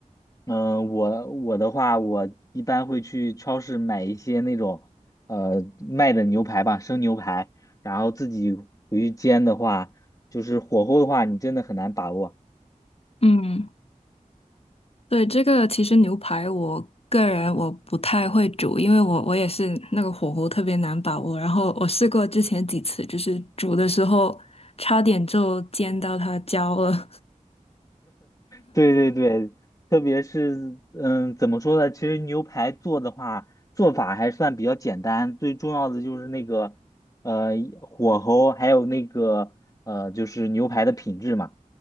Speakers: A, on the left; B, on the left.
A: 嗯，我我的话，我一般会去超市买一些那种呃卖的牛排吧，生牛排，然后自己回去煎的话，就是火候的话，你真的很难把握。
B: 嗯，对，这个其实牛排我个人我不太会煮，因为我我也是那个火候特别难把握。然后我试过之前几次，就是煮的时候差点就煎到它焦了。<laughs>
A: 对对对，特别是嗯，怎么说呢？其实牛排做的话，做法还算比较简单，最重要的就是那个呃火候，还有那个呃就是牛排的品质嘛，